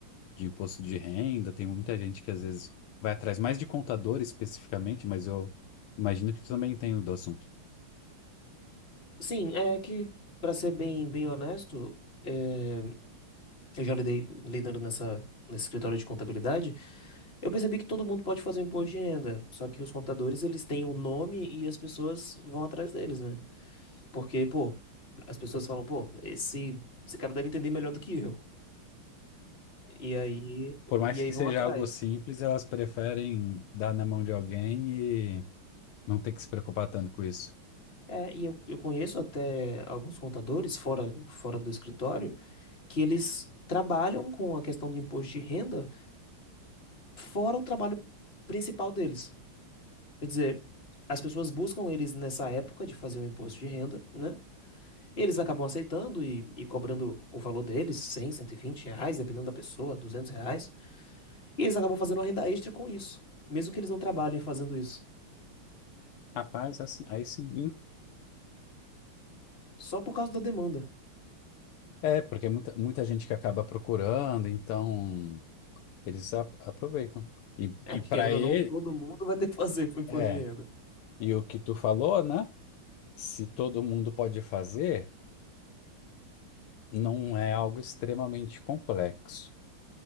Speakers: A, on the left; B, on the left.
A: de imposto de renda, tem muita gente que às vezes vai atrás mais de contador especificamente, mas eu imagino que tu também entende do assunto.
B: Sim, é que, para ser bem, bem honesto, é, eu já lidei lidando nessa, nesse escritório de contabilidade, eu percebi que todo mundo pode fazer um imposto de renda, só que os contadores, eles têm o nome e as pessoas vão atrás deles, né? Porque, pô, as pessoas falam, pô, esse, esse cara deve entender melhor do que eu. E aí,
A: Por mais
B: e
A: que
B: aí vão
A: seja
B: atrás.
A: algo simples, elas preferem dar na mão de alguém e não ter que se preocupar tanto com isso.
B: É, e eu, eu conheço até alguns contadores fora, fora do escritório que eles trabalham com a questão do imposto de renda fora o trabalho principal deles. Quer dizer, as pessoas buscam eles nessa época de fazer o imposto de renda, né? Eles acabam aceitando e, e cobrando o valor deles, cem cento e vinte reais, dependendo da pessoa, 200 reais. E eles acabam fazendo uma renda extra com isso, mesmo que eles não trabalhem fazendo isso,
A: Rapaz, assim, aí sim. hein?
B: só por causa da demanda.
A: É, porque é muita, muita gente que acaba procurando, então eles a- aproveitam. E,
B: É,
A: e
B: porque
A: para
B: querendo
A: ele,
B: ou não, todo mundo vai ter que <laughs> fazer pro imposto
A: é.
B: de renda.
A: E o que tu falou, né? Se todo mundo pode fazer, não é algo extremamente complexo.